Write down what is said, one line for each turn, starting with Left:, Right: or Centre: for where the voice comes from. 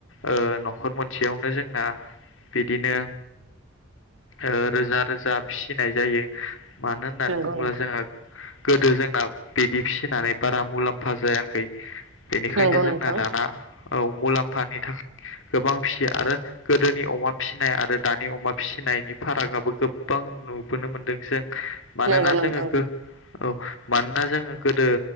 Left: ओ नखर मोनसेयावनो जोंना बिदिनो ओ रोजा रोजा फिसिनाय जायो मानो होननानै
Right: नंगौ
Left: बुङोब्ला
Right: नोंथां नंगौ नोंथां
Left: जोंहा गोदो जोंना बिदि फिसिनानै बारा मुलाम्फा जायाखै बेनिखायनो
Right: नंगौ नोंथां
Left: जोंना दाना औ मुलाम्फानि थाखाय गोबां फिसियो आरो गोदोनि अमा फिसिनाय आरो दानि अमा फिसिनायनि फारागाबो गोबबां नुबोनो मोनदों जों हो मानोना
Right: नंगौ नोंथां
Left: जोङो
Right: नंगौ।
Left: गो औ मानोना जोङो गोदो